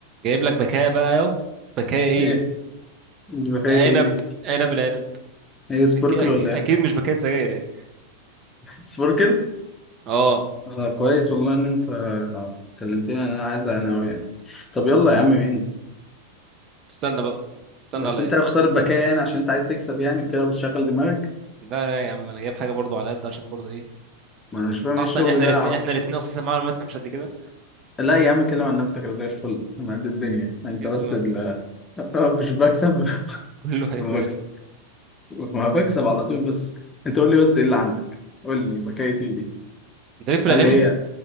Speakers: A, on the right; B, on the left.
A: جايب لك بكايه بقى اهو بكايه ايه
B: ايه دي حكاية
A: عنب
B: ايه دي؟
A: عنب العنب
B: ايه سبوركل
A: اكيد اكيد,
B: ولا ايه؟
A: أكيد مش بكايه سجاير يعني
B: سبوركل؟
A: اه
B: آه كويس والله ان انت كلمتني انا عايز انا اوي يعني طب يلا يا عم مين؟
A: استنى بقى استنى
B: بس
A: عليا
B: انت اختار البكاء يعني عشان انت عايز تكسب يعني كده بتشغل دماغك؟
A: لا لا يا عم انا جايب حاجه برضو على قد عشان برضو ايه
B: ما انا مش فاهم ايه
A: اصلا
B: الشغل
A: احنا
B: ده
A: الاثنين
B: اهو
A: احنا الاثنين اصلا معلوماتنا مش قد كده
B: لا يا عم كلم عن نفسك انا زي الفل انا قد الدنيا انت
A: اسم
B: بس ال <laughs> آه، مش بكسب <laughs>
A: كله هيفان
B: ما بكسب ما بكسب على طول بس انت قول لي بس ايه اللي عندك؟ قول لي بكاية ايه دي؟
A: انت ليك في الاغاني
B: هل هي